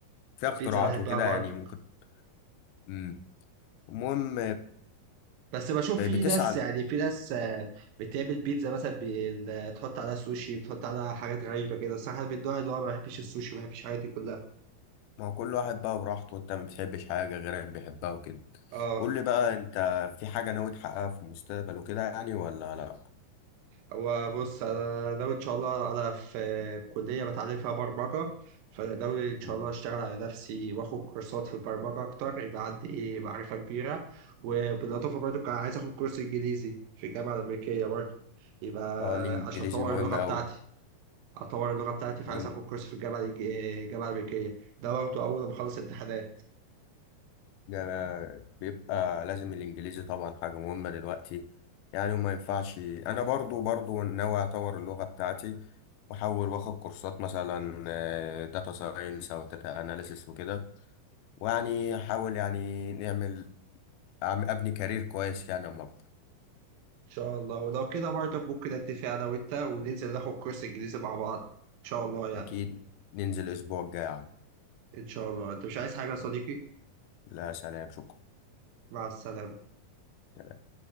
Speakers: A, on the left; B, on the right.
A: فيها
B: البيتزا
A: اختراعات
B: بحبها
A: وكده
B: برضه
A: يعني ممكن امم المهم
B: بس بشوف
A: ب- بتسأل
B: في ناس يعني في ناس آه، بتعمل بيتزا مثلا بال- تحط عليها سوشي بتحط عليها حاجات غريبة كده الصراحة أنا من النوع اللي هو ما بحبش السوشي ما بحبش الحاجات دي كلها
A: ما هو كل واحد بقى براحته وأنت ما بتحبش حاجة غيرك بيحبها وكده
B: اه
A: قول لي بقى أنت في حاجة ناوي تحققها في المستقبل وكده يعني ولا لأ؟
B: هو بص أنا ناوي إن شاء الله أنا في كلية بتعلم فيها برمجة فأنا ناوي إن شاء
A: امم.
B: الله أشتغل على نفسي وآخد كورسات في البرمجة أكتر يبقى عندي ايه معرفة كبيرة وبالإضافة برضه كان عايز آخد كورس إنجليزي في الجامعة الأمريكية برضه يبقى
A: اه الانجليزي
B: عشان أطور
A: مهم
B: اللغة
A: اوي
B: بتاعتي اطور اللغه بتاعتي فعايز
A: الإن-
B: اخد كورس في الجامعه الإنج- الجامعه الامريكيه ده برضه اول ما اخلص امتحانات
A: ده أنا بيبقى لازم الانجليزي طبعا حاجة مهمة دلوقتي يعني وما ينفعش انا برضو برضو ناوي اطور اللغة بتاعتي واحاول واخد كورسات مثلا داتا ساينس او داتا اناليسيس وكده ويعني احاول يعني نعمل أعم- ابني كارير كويس يعني اما اكبر
B: ان شاء الله ولو كده برضه ممكن اتفق انا وانت وننزل ناخد كورس انجليزي مع بعض ان شاء الله يعني
A: اكيد ننزل الاسبوع الجاي يا عم
B: ان شاء الله انت مش عايز حاجه يا صديقي
A: لا سلام شكرا
B: مع السلامه
A: سلام.